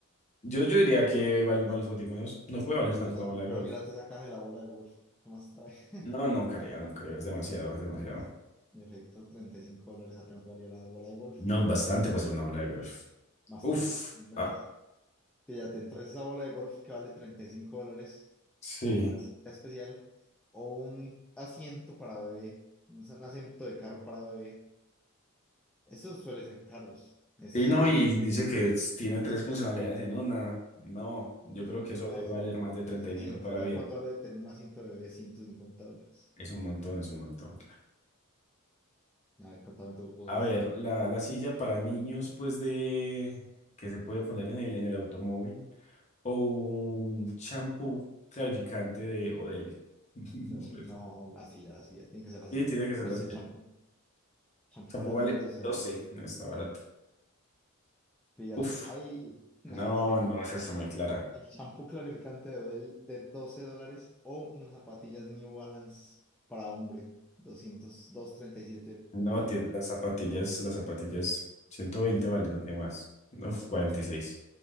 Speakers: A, on the left; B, in the centre.
A: Yo, yo diría que valen más los audífonos. No puede valer
B: Yo
A: tanto
B: también,
A: la bola de
B: pero
A: golf.
B: mírate esa caja de la bola de golf. ¿Qué más trae? <laughs>
A: No, no creo, no creo. Es demasiado, es demasiado.
B: En efecto, 35 dólares apenas valía la bola de golf.
A: No, bastante para ser una bola de golf.
B: Bastante,
A: Uf.
B: ¿verdad?
A: ah,
B: Fíjate, entonces esa bola de golf que vale 35 dólares
A: Sí.
B: con una cita especial o un asiento para bebé, un un asiento de carro para bebé, estos suelen ser caros. Este
A: Sí,
B: se
A: no,
B: ve
A: y
B: que es,
A: dice que es- tiene tres funcionalidades en una. No, yo
B: es
A: creo
B: como,
A: que eso
B: no,
A: debe
B: sí,
A: valer más de 35
B: ese asiento-
A: toda la
B: a
A: vida.
B: ver cuánto vale tener un asiento de bebé, 150 dólares.
A: Es un montón, es un montón.
B: A ver, contame tu voz
A: A
B: esta.
A: ver, la, la silla para niños, pues de que se puede poner en el, en el automóvil. O un champú clarificante de Odele. <laughs>
B: No, no, la silla, la silla, tiene que ser la silla.
A: Sí, tiene que ser
B: Pues
A: la silla.
B: el champú, champú
A: Champú
B: vale apenas
A: vale
B: 12 dólares.
A: 12, no está barato.
B: Fíjate,
A: Uf,
B: ahí, <laughs> no,
A: no,
B: es que
A: no, esa está muy clara.
B: El champú clarificante de, Odell de 12 dólares o unas zapatillas New Balance para hombre, doscientos doscientos treinta y siete
A: No,
B: v
A: tie-
B: uno
A: las zapatillas, las zapatillas, 120 valen, ¿no? ¿Qué más? Uf, 46.